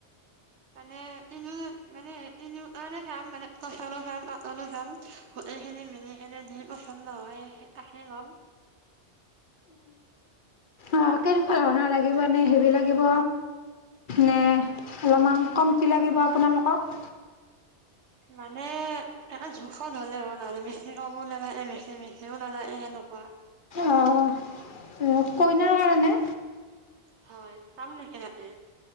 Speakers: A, on the right (about 75°); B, on the left (about 50°).
A: মানে তিনিও মানে তিনিও মানে চাম মানে টচৰো চাম পাতৰো চাম গোটেইখিনি মিলি কেনে যি পচন্দ হয় সেইখিনি লম।
B: অ', কেনেকুৱা ধৰণৰ লাগিব এনে হেভি লাগিব? নে অলপমান কমতি লাগিব আপোনালোকক?
A: মানে, এটা জোখৰ হলে আৰু বেছি কমো নালাগে বেছি-বেছিও নালাগে সেনেকুৱা।
B: অ', উম, কইনাৰ কাৰণে?
A: হয়, পাম নেকি তাতে?